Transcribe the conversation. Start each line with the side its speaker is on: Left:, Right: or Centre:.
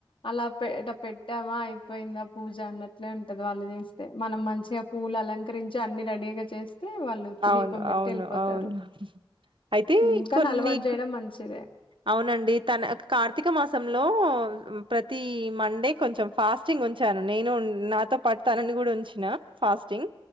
Left: అలా పెడ్ పెడ్తామా అయిపోయిందా పూజ అన్న ట్లే ఉంటదొ వాళ్ళు జేస్తే మనం మంచిగా పూలు అలం కరించి అన్ని రెడీగా చెస్ తే వాళ్ళు వచ్చి
Right: అవును.
Left: దీపం పెట్టి
Right: అవును.
Left: వెళ్ళిపోతారు
Right: అవును. అయితే
Left: ఉమ్ కానీ
Right: కొన్ని
Left: అలవాటు చేయడం మంచిదే
Right: అవునండి తన కార్తీక మాసంలో ప్రతి మండే కొంచెం ఫాస్టింగ్ ఉంచాను నేను నాతో పాటు తనని కూడా ఉంచిన ఫాస్టింగ్